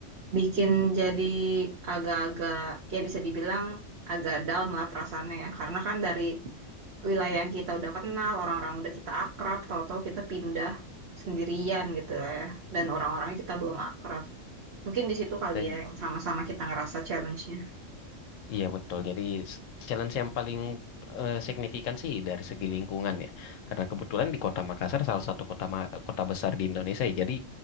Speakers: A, on the right; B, on the left.
A: bikin jadi agak-agak ya bisa dibilang agak down lah perasaannya ya. Karena kan dari wilayah yang kita udah kenal, orang-orang udah kita akrab, tahu-tahu kita pindah sendirian gitu lah ya. Dan orang-orangnya kita belum akrab. Mungkin di situ kali
B: Dan
A: ya yang sama-sama kita ngerasa challenge-nya.
B: Iya betul. Jadi s- challenge yang paling eh, signifikan sih dari segi lingkungan ya. Karena kebetulan di Kota Makassar salah satu kota ma- kota besar di Indonesia ya. Jadi